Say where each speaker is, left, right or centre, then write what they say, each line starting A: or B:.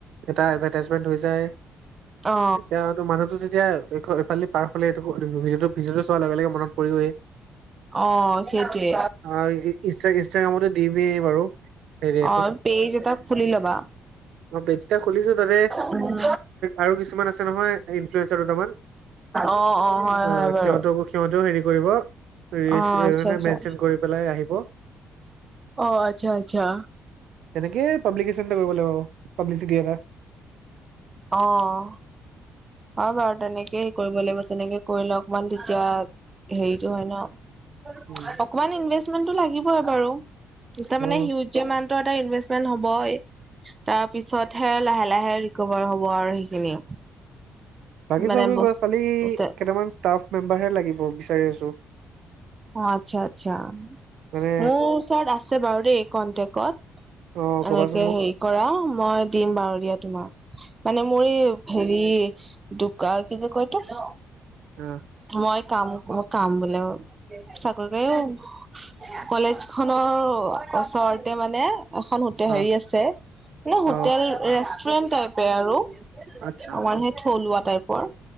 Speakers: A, on the right (about 75°); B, on the right (about 25°).
A: এটা এডভাৰটাইজমেন্ট হৈ যায়।
B: অ
A: তেতিয়া সৈতো মানুহটো তেতিয়া- এই এইফালেদি পাৰ হ'লে এইটো ভিডিঅটো চোৱাৰ লগে লগে মনত পৰিবই।
B: অঁ সেইটোৱে,
A: আৰু ইনষ্টা ইনষ্টাগ্ৰামতো দিমেই বাৰু হেৰি এখন
B: অঁ। পেইজ এটা খুলি ল'বা।
A: অ পেজ এটা খুলিছো তাতে
B: উম।
A: আৰু কিছুমান আছে নহয় ইনফ্লুৱেঞ্চাৰ দুটামান
B: অঁ অঁ হয়
A: অ
B: হয় বাৰু।
A: সিহঁতকো সিহঁতেও হেৰী কৰিব, ৰী
B: অ
A: চি
B: আচ্ছা
A: মানে
B: আচ্ছা
A: মেনচন কৰি পেলাই আহিব।
B: অঁ আচ্ছা আচ্ছা।
A: তেনেকে পাব্লিকেচন এটা কৰিব লাগিব বাৰু, পাব্লিচিটি এটা।
B: অহ। হয় বাৰু তেনেকে হেৰী কৰিব লাগিব। তেনেকে কৰিলে অকমান তেতিয়া হেৰীটো হয় ন।
A: উম
B: অকমান ইনভেষ্টমেণ্টো লাগিবই বাৰু, তাৰমানে
A: অ
B: হিউ মান্তৰ এটা ইনভেষ্টমেণ্ট হ'বই। তাৰপিছত হে লাহে লাহে ৰিকভাৰ হ'ব আৰু সেইখিনি।
A: বাকী
B: মানে
A: চব হৈ
B: বস্তু
A: গ'ল, খালি কেইটামান ষ্টাফ মেম্বাৰহে লাগিব, বিচাৰি আছোঁ।
B: অঁ আচ্ছা আচ্ছা।
A: মানে
B: মোৰ ওচৰত আছে বাৰু দেই কন্টেকত।
A: অ কবাচোন
B: এনেকে
A: মোক
B: হেৰী কৰা, মই দিম বাৰু দিয়া তোমাক। মানে মোৰে এই হেৰী হেৰী দোকা কি যে কয় এইটো
A: অঁ।
B: মই কাম মই কাম বোলে অঁ চাকৰিটোৱে কৰিম। কলেজ খনৰ ওচৰতে মানে এখন হো হোটে
A: অ
B: হেৰী আছে, মানে
A: অ
B: হোটেল ৰেষ্টুৰেন্ট টাইপে আৰু।
A: আচ্ছা
B: আমাৰ সেই থলুৱা টাইপৰ।